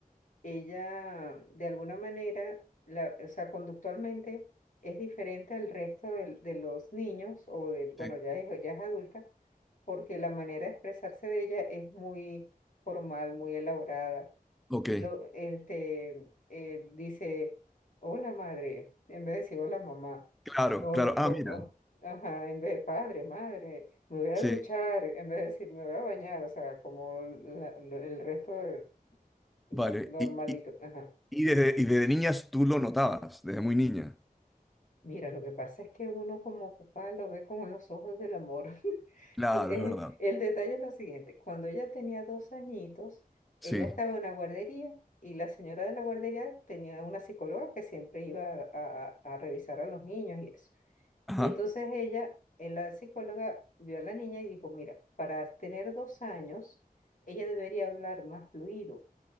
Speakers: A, on the left; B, in the centre.
A: ella, de alguna manera, la, o sea, conductualmente es diferente al resto del- de, los niños o del, bueno,
B: Sí.
A: ya es, ya es adulta porque la manera de expresarse de ella es muy formal, muy elaborada.
B: Ok.
A: Y lo, este, eh, dice, hola madre, en vez de decir hola mamá,
B: Claro,
A: o,
B: claro.
A: co-
B: Ah, mira.
A: o- ajá, en vez de padre, madre, me voy a
B: Sí.
A: duchar, en vez de decir me voy a bañar, o sea, como la- lo- el resto de la
B: Vale.
A: normalito,
B: Y, y,
A: ajá.
B: y desde, y desde niñas tú lo notabas, desde muy niña.
A: Mira, lo que pasa es que uno como papá lo ve con los ojos del amor. <laughs>
B: Claro,
A: Por- eh,
B: es verdad.
A: El detalle es lo siguiente, cuando ella tenía dos añitos, ella
B: Sí.
A: estaba en una guardería y la señora de la guardería tenía una psicóloga que siempre iba a, a- a revisar a los niños y eso.
B: Ajá.
A: Y entonces ella, eh, la psicóloga, vio a la niña y dijo, mira, para tener dos años, ella debería hablar más fluido.